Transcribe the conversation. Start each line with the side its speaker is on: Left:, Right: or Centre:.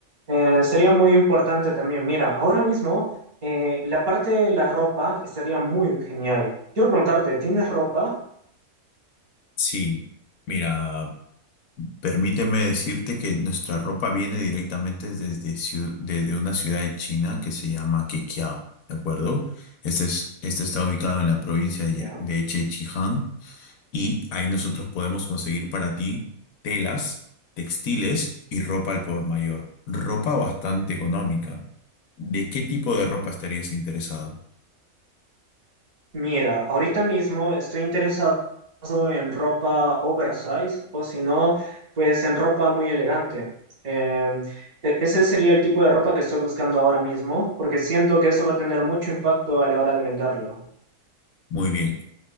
Right: eh, sería muy importante también. Mira, ahora mismo eh, la parte de la ropa estaría muy genial. Quiero preguntarte, ¿tienes ropa?
Left: Sí, mira, Permíteme decirte que nuestra ropa viene directamente desde, ciu- desde una ciudad de China que se llama Qiqiao, ¿de acuerdo? Este, es, este está ubicado en la provincia de,
Right: Ya.
Left: de Chechijiang y ahí nosotros podemos conseguir para ti telas, textiles y ropa al por mayor. Ropa bastante económica. ¿De qué tipo de ropa estarías interesado?
Right: Mira, ahorita mismo estoy interesado en ropa oversize o si no, pues en ropa muy elegante. Em, e- ese sería el tipo de ropa que estoy buscando ahora mismo, porque siento que eso va a tener mucho impacto a la hora de venderlo.
Left: Muy bien.